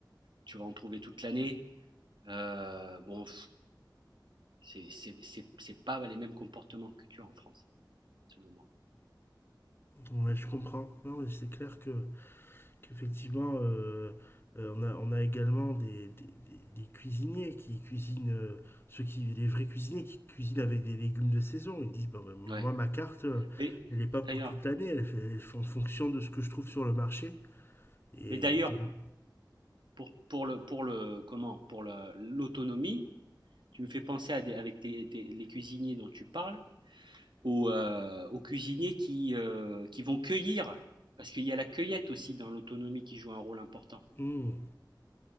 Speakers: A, on the right; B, on the left.
A: tu vas en trouver toute l'année. Euh, bon, c'est- c'est c'est- c'est pas les mêmes comportements que tu as en France, selon moi.
B: Ouais, je comprends. Non, mais c'est clair que qu'effectivement, euh, euh, on a, on a également des, des, des- des cuisiniers qui cuisinent, euh, ceux qui, les vrais cuisiniers qui cuisinent avec des légumes de saison. Ils disent, bah, bah, moi,
A: Ouais.
B: ma carte, euh,
A: Mais
B: elle n'est pas pour
A: d'ailleurs,
B: toute l'année, elle, fait- elle fait en fonction de ce que je trouve sur le marché. Et
A: mais d'ailleurs,
B: ils ont-
A: pour, pour le pour le comment pour le- l'autonomie, tu me fais penser à des, avec tes- tes- les cuisiniers dont tu parles, aux, euh, aux cuisiniers qui euh, qui vont cueillir, parce qu'il y a la cueillette aussi dans l'autonomie qui joue un rôle important.
B: Hmm.